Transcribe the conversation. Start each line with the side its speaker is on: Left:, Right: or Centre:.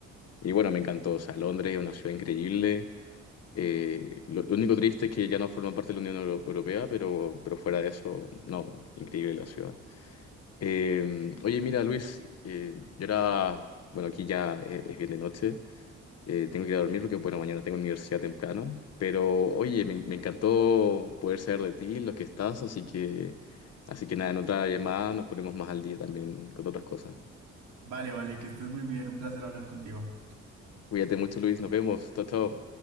Left: Y bueno, me encantó. O sea, Londres es una ciudad increíble. Eh, lo, lo único triste es que ya no forma parte de la Unión Euro- Europea, pero, pero fuera de eso, no, increíble la ciudad. Eh, oye, mira, Luis, eh, yo era, bueno, aquí ya es, es bien de noche. Eh, tengo que ir a dormir porque, bueno, mañana tengo universidad temprano. Pero, oye, me, me encantó poder saber de ti, lo que estás, así que, así que nada, en otra llamada nos ponemos más al día también con otras cosas.
Right: Vale, vale, que estés muy bien. Un placer hablar contigo.
Left: Cuídate mucho, Luis, nos vemos. Chao, chao.